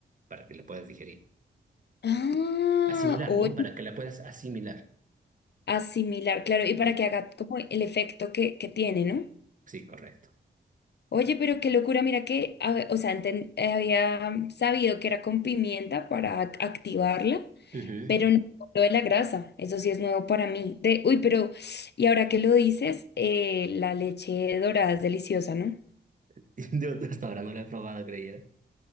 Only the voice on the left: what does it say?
Ah,
oye,
asimilar, claro, y para
que haga como el efecto que, que tiene, ¿no?
Oye, pero qué locura, mira que, a- o sea, enten- había sabido que era con pimienta para ac- activarla,
pero no lo de la grasa, eso sí es nuevo para mí. De, uy, pero, y ahora que lo dices, eh, la leche dorada es deliciosa, ¿no?